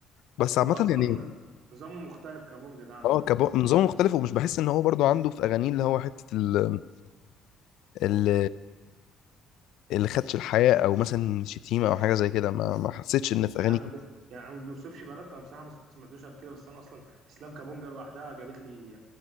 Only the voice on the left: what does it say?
بس عامه
يعني
اه كب...
نظام
مختلف ومش بحس ان هو برضو عنده في اغانيه اللي هو حته ال ال اللي خدش الحياه او مثلا شتيمه او حاجه زي كده ما ما حسيتش ان في اغانيه
كده